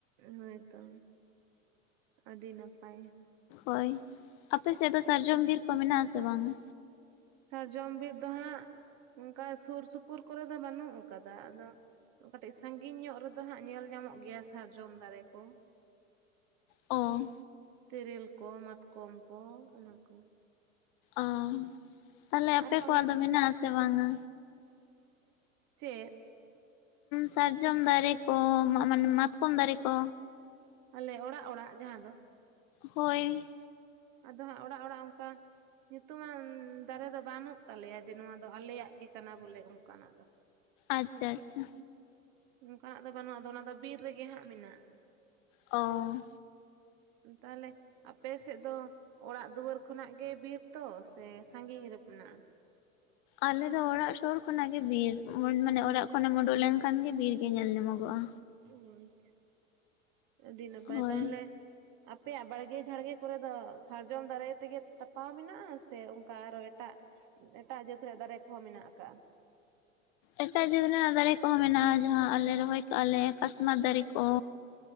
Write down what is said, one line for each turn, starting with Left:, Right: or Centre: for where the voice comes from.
Right: ᱦᱳᱭᱛᱚ ᱟᱹᱰᱤ ᱱᱟᱯᱟᱭ
Left: ᱦᱳᱭ ᱟᱯᱮ ᱥᱮᱫ ᱫᱚ ᱥᱟᱨᱡᱚᱢ ᱵᱤᱨ ᱠᱚ ᱢᱮᱱᱟᱜ ᱟᱥᱮ ᱵᱟᱝᱟ
Right: ᱥᱟᱨᱡᱚᱢ ᱵᱤᱨ ᱫᱚ ᱦᱟᱸᱜ ᱚᱱᱠᱟ ᱥᱩᱨ ᱥᱩᱯᱩᱨ ᱠᱚᱨᱮ ᱫᱚ ᱵᱟᱹᱱᱩᱜ ᱟᱠᱟᱫᱟ ᱟᱫᱚ ᱠᱟᱹᱴᱤᱡ ᱥᱟᱺᱜᱤᱧ ᱧᱚᱜ ᱨᱮᱫᱚ ᱦᱟᱸᱜ ᱧᱮᱞ ᱧᱟᱢᱚᱜ ᱜᱮᱭᱟ ᱥᱟᱨᱡᱚᱢ ᱫᱟᱨᱮ ᱠᱚ
Left: ᱚ
Right: ᱛᱤᱨᱤᱞ ᱠᱚ ᱢᱟᱛᱠᱚᱢ ᱠᱚ ᱚᱱᱟ ᱠᱚ
Left: ᱚ ᱛᱟᱦᱚᱞᱮ ᱟᱯᱮ
Right: ᱟᱨᱦᱚᱸ
Left: ᱠᱚᱣᱟᱜ
Right: ᱚᱱᱠᱟ
Left: ᱫᱚ ᱢᱮᱱᱟᱜ ᱟᱥᱮ ᱵᱟᱝᱟ
Right: ᱪᱮᱫ
Left: ᱥᱟᱨᱡᱚᱢ ᱫᱟᱨᱮ ᱠᱚ ᱢᱟᱜᱢᱟᱱᱮ ᱢᱟᱛᱠᱚᱢ ᱫᱟᱨᱮ ᱠᱚ
Right: ᱟᱞᱮ ᱚᱲᱟᱜ ᱚᱲᱟᱜ ᱡᱟᱦᱟᱸ ᱫᱚ
Left: ᱦᱚᱭ
Right: ᱟᱫᱚ ᱦᱟᱸᱜ ᱚᱲᱟᱜ ᱚᱲᱟᱜ ᱚᱱᱠᱟ ᱧᱩᱛᱩᱢᱟᱱ ᱫᱟᱨᱮ ᱫᱚ ᱵᱟᱹᱱᱩᱜ ᱛᱟᱞᱮᱭᱟ ᱡᱮ ᱱᱚᱣᱟ ᱫᱚ ᱟᱞᱮᱭᱟᱜ ᱜᱮ ᱠᱟᱱᱟ ᱵᱚᱞᱮ ᱚᱱᱠᱟᱱᱟᱜ ᱫᱚ
Left: ᱟᱪᱪᱷᱟ ᱪᱷᱟ
Right: ᱚᱱᱠᱟᱱᱟᱜ ᱫᱚ ᱵᱟᱹᱱᱩᱜᱼᱟ ᱚᱱᱟ ᱫᱚ ᱵᱤᱨ ᱨᱮᱜᱮ ᱦᱟᱸᱜ ᱢᱮᱱᱟᱜ-ᱟ
Left: ᱚᱻ
Right: ᱛᱟᱦᱮᱞᱮ ᱟᱯᱮ ᱥᱮᱫ ᱫᱚ ᱚᱲᱟᱜ ᱫᱩᱣᱟᱹᱨ ᱠᱷᱚᱱᱟᱜ ᱜᱮ ᱵᱤᱨ ᱛᱚ ᱥᱮ ᱥᱟᱜᱤᱧ ᱨᱮ ᱢᱮᱱᱟᱜ-ᱟ
Left: ᱟᱞᱮ ᱫᱚ ᱚᱲᱟᱜ ᱥᱩᱨ ᱠᱷᱚᱱᱟᱜ ᱜᱮ ᱵᱤᱨ ᱢᱟᱱᱮ ᱚᱲᱟᱜ ᱠᱷᱚᱱᱮᱢ ᱩᱰᱩᱠ ᱞᱮᱱ ᱠᱷᱟᱱ ᱜᱮ ᱵᱤᱨ ᱜᱮ ᱧᱮᱞ ᱧᱟᱢᱚᱜᱚᱜ-ᱟ
Right: ᱚ ᱟᱪᱪᱷᱟ ᱟᱹᱰᱤ ᱱᱟᱯᱟᱭ
Left: ᱦᱳᱭ
Right: ᱛᱟᱦᱚᱞᱮ ᱟᱯᱮᱭᱟᱜ ᱵᱟᱲᱜᱮ ᱡᱷᱟᱲᱜᱮ ᱠᱚᱨᱮ ᱫᱚ ᱥᱟᱨᱡᱚᱢ ᱫᱟᱨᱟᱭ ᱛᱮᱜᱮ ᱛᱟᱯᱟᱣ ᱢᱮᱱᱟᱜ-ᱟ ᱥᱮ ᱚᱱᱠᱟ ᱟᱨᱚ ᱮᱴᱟᱜ ᱮᱴᱟᱜ ᱡᱟᱹᱛ ᱨᱮᱭᱟᱜ ᱫᱟᱨᱮ ᱠᱚᱦᱚᱸ ᱢᱮᱱᱟᱜ ᱟᱠᱟᱜ-ᱟ
Left: ᱮᱴᱟᱜ ᱡᱟᱹᱛ ᱨᱮᱱᱟᱜ ᱫᱟᱨᱮ ᱠᱚᱦᱚᱸ ᱢᱮᱱᱟᱜ-ᱟ ᱡᱟᱦᱟᱸ ᱟᱞᱮ ᱨᱚᱦᱚᱭ ᱠᱟᱜ-ᱟ ᱞᱮ ᱠᱟᱥᱢᱟᱨ ᱫᱟᱨᱮ ᱠᱚ